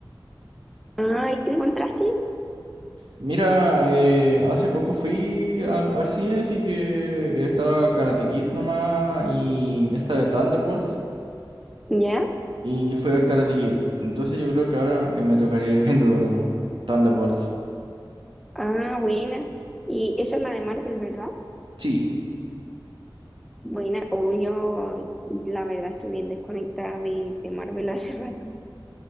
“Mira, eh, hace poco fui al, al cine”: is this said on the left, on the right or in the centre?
Right